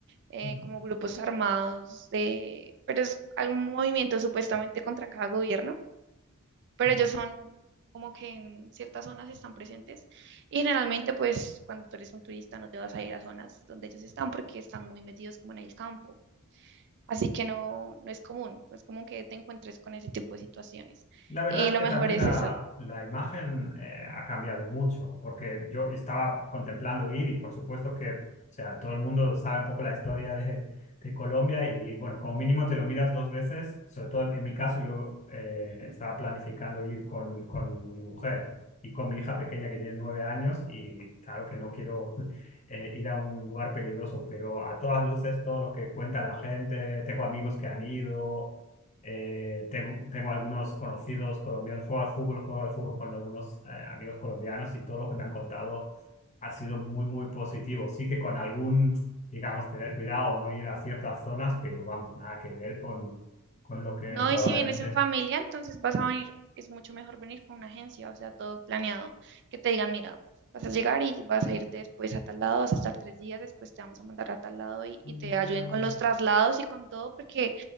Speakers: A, on the right; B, on the left.
A: eh,
B: Mm,
A: como grupos armados de, pero es algún movimiento supuestamente contra cada gobierno, pero
B: mm.
A: ellos son como que en ciertas zonas están presentes y generalmente pues cuando tú eres un turista no te vas a ir a zonas donde ellos están porque están muy metidos como en el campo, así que no, no es común, no es común que te encuentres con ese tipo de situaciones
B: La verdad
A: y
B: es
A: lo
B: que
A: mejor
B: también
A: es
B: la,
A: eso.
B: la imagen eh, ha cambiado mucho, porque yo estaba contemplando ir y por supuesto que, o sea, todo el mundo sabe un poco la historia de, de Colombia y bueno, como mínimo te lo miras dos veces, sobre todo en, en mi caso yo eh,
A: Ujú.
B: estaba planificando ir con, con mi mujer y con mi hija pequeña que tiene nueve años y claro que no quiero <laughs> eh, ir a un lugar peligroso, pero a todas luces todo lo que cuenta la gente, tengo amigos que han ido. Eh, ten- tengo, algunos conocidos colombianos, juego al fútbol, juego al fútbol con algunos eh, amigos colombianos y todo lo que me han contado ha sido muy, muy positivo. Sí que con algún, digamos, tener cuidado, no ir a ciertas zonas, pero vamos, nada que ver con, con lo que
A: No,
B: probablemente...
A: y si vienes en familia, entonces vas a venir, es mucho mejor venir con una agencia, o sea, todo planeado, que te digan, mira, vas a llegar y vas a irte después a tal lado, vas a estar tres días, después te vamos a mandar a tal lado y, y te
B: Ya.
A: ayuden con los traslados y con todo, porque